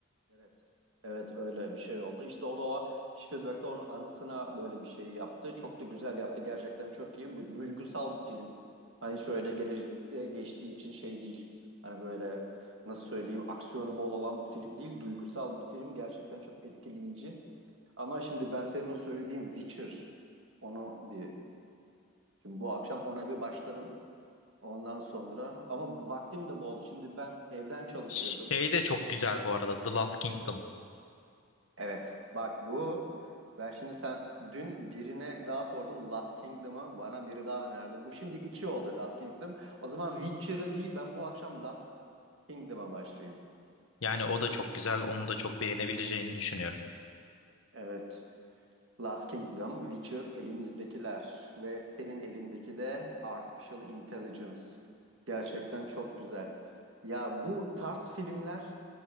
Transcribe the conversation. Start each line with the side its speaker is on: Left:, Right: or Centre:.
Right: Evet. Evet öyle bir şey oldu. İşte o da o Spielberg'de onun anısına böyle bir şey yaptı. Çok da güzel yaptı. Gerçekten çok iyi. Bir duygusal bir film. Hani şöyle gelecekte geçtiği için şey değil. Hani böyle nasıl söyleyeyim aksiyonu bol olan bir film değil. Duygusal bir film. Gerçekten çok etkileyici. Ama şimdi ben senin o söylediğin Witcher onu bir şimdi bu akşam ona bir başlarım. Ondan sonra ama vaktim de bol. Şimdi ben evden çalışıyordum.
Left: Şey de çok güzel bu arada The Last Kingdom.
Right: Evet. Bak bu ben şimdi sen dün birine daha sordum Last Kingdom'a bana biri daha önerdi. Bu şimdi iki oldu Last Kingdom. O zaman Witcher'a değil ben bu akşam Last Kingdom'a başlayayım.
Left: Yani o da çok güzel onu da çok beğenebileceğini düşünüyorum.
Right: Evet. Last Kingdom, Witcher elimizdekiler ve senin elindeki de Artificial Intelligence. Gerçekten çok güzel. Ya bu tarz filmler